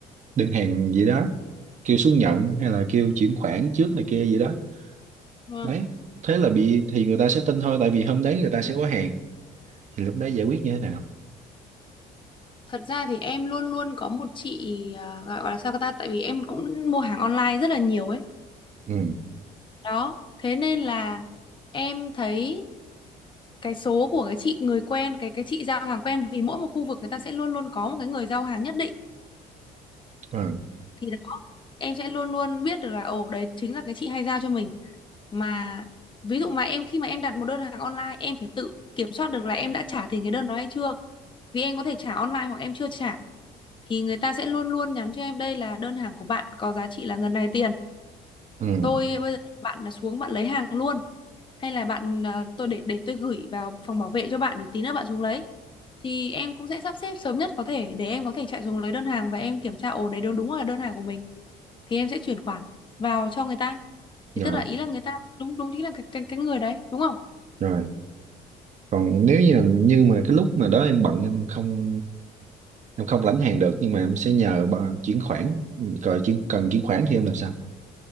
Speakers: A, on the right; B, on the left.
A: đơn hàng gì đó kêu xuống nhận hay là kêu chuyển khoản trước này kia gì đó
B: vâng.
A: đấy thế là bị thì người ta sẽ tin thôi tại vì hôm đấy người ta sẽ có hàng thì lúc đấy giải quyết như thế nào
B: Thật ra thì em luôn luôn có một chị à, gọi gọi là sao ta tại vì em cũng mua hàng online rất là nhiều ấy.
A: ừ
B: Đó, thế nên là em thấy cái số của cái chị người quen, cái cái chị giao hàng quen vì mỗi một khu vực người ta sẽ luôn luôn có một cái người giao hàng nhất định.
A: rồi
B: thì đó em sẽ luôn luôn biết được là ồ đấy chính là cái chị hay giao cho mình mà ví dụ mà em khi mà em đặt một đơn hàng online em phải tự kiểm soát được là em đã trả tiền cái đơn đó hay chưa vì em có thể trả online hoặc em chưa trả thì người ta sẽ luôn luôn nhắn cho em đây là đơn hàng của bạn có giá trị là ngần này tiền
A: ừ
B: tôi bây giờ bạn là xuống bạn lấy hàng luôn hay là bạn à, tôi để để tôi gửi vào phòng bảo vệ cho bạn để tí nữa bạn xuống lấy thì em cũng sẽ sắp xếp sớm nhất có thể để em có thể chạy xuống lấy đơn hàng và em kiểm tra ồ đấy đúng đúng là đơn hàng của mình thì em sẽ chuyển khoản vào cho người ta thì
A: rồi
B: tức là ý là người ta đúng đúng chính là cái cái, cái người đấy đúng không
A: rồi còn nếu như như mà cái lúc mà đó em bận em không em không lãnh hàng được nhưng mà em sẽ nhờ bà chuyển khoản rồi chuyển cần chuyển khoản thì em làm sao